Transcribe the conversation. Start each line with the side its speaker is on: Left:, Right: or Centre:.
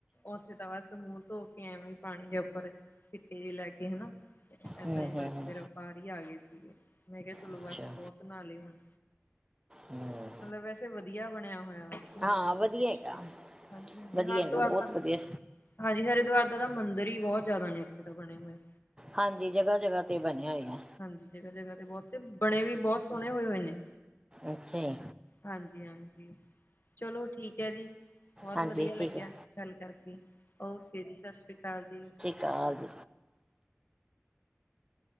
Left: ਉੱਥੇ ਤਾਂ ਬਸ ਮੂੰਹ ਧੋ ਕੇ ਐਵੇਂ ਹੀ ਪਾਣੀ ਜਿਹਾ ਉੱਪਰ ਛਿੱਟੇ ਜਿਹੇ ਲੈ ਕੇ ਹਨਾ। ਏਦਾਂ
Right: ਹੂੰ
Left: ਹੀ
Right: ਹੂੰ
Left: ਬਸ
Right: ਹੂੰ
Left: ਫੇਰ ਬਾਹਰ ਹੀ ਆ ਗਏ ਸੀਗੇ ਮੈਂ ਕਿਹਾ ਚਲੋ
Right: ਅੱਛਾ
Left: ਬਸ ਬਹੁਤ ਨਹਾ ਲੇ ਹੁਨ
Right: ਹੂੰ
Left: ਮਲਬ ਵੈਸੇ ਵਧੀਆਂ ਬਣਿਆਂ ਹੋਇਆ ਆ। ਘੁੰਮਣ-
Right: ਹਾਂ
Left: ਫਿਰਨ
Right: ਵਧੀਆ
Left: ਦੇ ਵਿੱਛ
Right: ਹੈਗਾ
Left: ਕੇ, ਹਾਂਜੀ -ਹਾਂਜੀ
Right: ਵਧੀਆ
Left: ਹਰਿਦੁਆਰ
Right: ਹੈਗਾ ਬਹੁਤ
Left: ਦਾ
Right: ਵਧੀਆ
Left: ਹਾਂਜੀ, ਹਰਿਦੁਆਰ ਦਾ ਤਾਂ ਮੰਦਿਰ ਹੀ ਬਹੁਤ ਜ਼ਿਆਦਾ ਨਿਯੁਕਿਤ ਬਣਿਆਂ ਹੋਇਆ।
Right: ਹਾਂਜੀ, ਜਗਾਂ- ਜਗਾਂ ਤੇ ਬਣਿਆਂ ਹੋਇਆਂ।
Left: ਹਾਂਜੀ, ਜਗਾਂ- ਜਗਾਂ ਤੇ ਬਹੁਤੇ, ਬਣੇ ਵੀ ਬਹੁਤ ਸੋਹਣੇ ਹੋਏ -ਹੋਏ ਨੇ।
Right: ਅੱਛਾ ਜੀ
Left: ਹਾਂਜੀ- ਹਾਂਜੀ, ਚਲੋਂ ਠੀਕ ਹੈ ਜੀ। ਬਹੁਤ
Right: ਹਾਂਜੀ
Left: ਵਧੀਆਂ ਲੱਗਿਆ
Right: ਠੀਕ ਹੈ
Left: ਗੱਲ ਕਰਕੇ, ਓਕੇ ਜੀ ਸਤਿ ਸ੍ਰੀ ਅਕਾਲ ਜੀ।
Right: ਤਾਂਜ।